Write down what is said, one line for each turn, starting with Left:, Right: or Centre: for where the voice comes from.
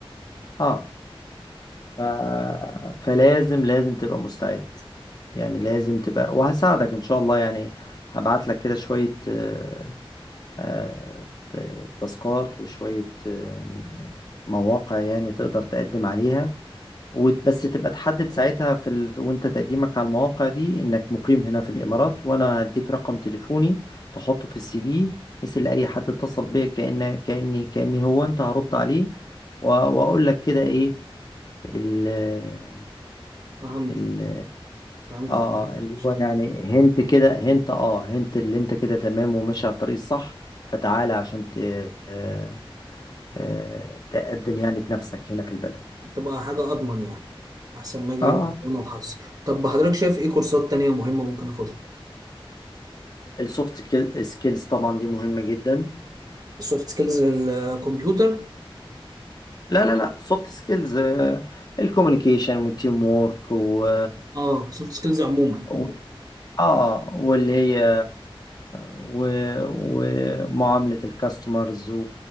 Left: اه ف... فلازم لازم تبقى مستعد يعني لازم تبقى وهساعدك إن شاء الله يعني هبعت لك كده شوية آه آه ت- تاسكات وشوية آه مواقع يعني تقدر تقدم عليها وت- بس تبقى تحدد ساعتها في ال... وانت تقديمك على المواقع دي انك مقيم هنا في الامارات وانا هديك رقم تليفوني تحطه في السي في بحيث ان اي حد اتصل بيا كأن كأني كأني هو انت هرد عليه و... واقول لك كده ايه ال
Right: فهمت
Left: ال
Right: فهمت
Left: اه
Right: حضرتك كنت
Left: اللي
Right: بتشتغل
Left: هو يعني هنت كده هنت اه هنت اللي انت كده تمام وماشي على الطريق الصح فتعالى عشان ت... آه... آه... تقدم يعني بنفسك هنا في البلد
Right: تبقى حاجه اضمن يعني احسن ما اجي
Left: اه
Right: وانا وحظي طب حضرتك شايف ايه كورسات تانية مهمه ممكن اخدها
Left: السوفت سكيلز طبعا دي مهمة جدا
Right: السوفت سكيلز للكمبيوتر
Left: لا لا لا سوفت سكيلز الكوميونيكيشن والتيم وورك و
Right: اه سوفت سكيلز عموما
Left: و- اه واللي هي و... ومعاملة الكاستمرز و...